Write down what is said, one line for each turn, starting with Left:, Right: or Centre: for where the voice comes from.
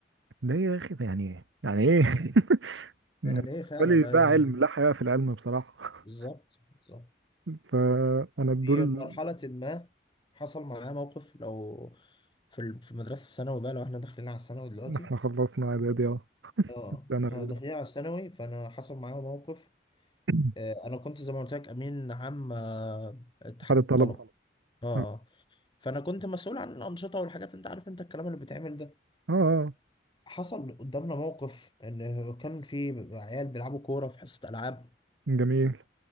Right: ده يا اخي يعني ايه؟ يعني ايه <laughs> أنا
Left: يعني
Right: بالنسبه
Left: ايه فعلا
Right: لي ده
Left: آه، يعني
Right: علم لا حياء في العلم بصراحه
Left: بالظبط بالظبط
Right: <laughs> فانا دول
Left: في
Right: ال...
Left: مرحلة ما حصل معاه موقف لو في ال- في المدرسة الثانوي بقى لو احنا داخلين على الثانوي دلوقتي
Right: احنا خلصنا اعدادي اه
Left: اه
Right: انا
Left: احنا داخلين على الثانوي فانا حصل معايا موقف
Right: <clears throat>
Left: آه، انا كنت زي ما قلت لك امين عام آه،
Right: <laughs>
Left: اتحاد
Right: حال الطلبه
Left: الطلبة اه
Right: اه
Left: آه. فانا كنت مسؤول عن الانشطه والحاجات انت عارف انت الكلام اللي بيتعمل ده
Right: اه
Left: فحصل قدامنا موقف ان كان في عيال بيلعبوا كوره في حصه العاب
Right: جميل